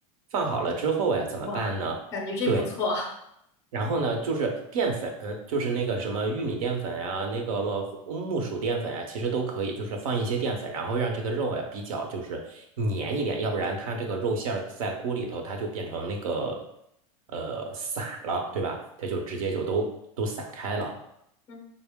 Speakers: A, on the right; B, on the left.
A: 放好了之后呀，怎么办呢？
B: 哇，感觉这不错，
A: 对。然后呢，就是淀粉，就是那个什么玉米淀粉呀、那个木薯淀粉呀，其实都可以，就是放一些淀粉，然后让这个肉呀比较就是粘一点，要不然它这个肉馅儿在锅里头它就变成那个呃散了，对吧？它就直接就都都散开了。
B: 嗯，